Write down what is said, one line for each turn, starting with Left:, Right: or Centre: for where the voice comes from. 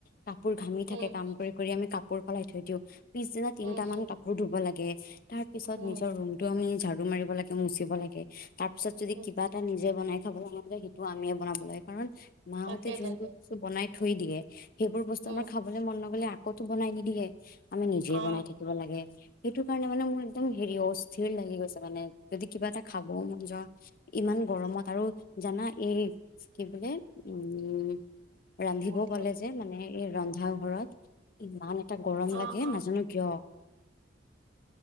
Left: কাপোৰ ঘামি
Right: হম
Left: থাকে। কাম কৰি কৰি আমি কাপোৰ সলাই থৈ দিওঁ। পিছদিনা তিনট
Right: হম হম
Left: মান কাপোৰ ধুব লাগে। তাৰ পিছত
Right: হম
Left: নিজৰ ৰুমতটো আমি ঝাৰু ৰো মাৰিব লাগে মুছিব লাগে তাপিছত যদি
Right: হম
Left: নিজেই বনাই খাব সেইটো আমিয়ে বনাব লাগে কাৰণ মাহতে
Right: তাকে
Left: যোনবোৰ
Right: তাকে
Left: বস্তু বনাই থৈ দিয়ে সেইবোৰ বস্তু
Right: উম
Left: আমাৰ খাবলৈ মন নগলে আকৌ বনাই নিদিয়ে আমি নিজে
Right: অ
Left: বনাই থাকিব লাগে সেইটো কাৰণে মানে মোৰ একদম হেৰি অ' অস্থিৰ লাগি গৈছে। মানে যদি কিবা এটা খাব মন যোৱা ইমান গৰমত আৰু জানা এই কি বোলে উম ৰান্ধিব
Right: উম
Left: ক'লে যে মানে এই ৰন্ধা ঘৰত ইমান এটা গৰম
Right: অ
Left: লাগে
Right: অ
Left: নাজানো কিয়।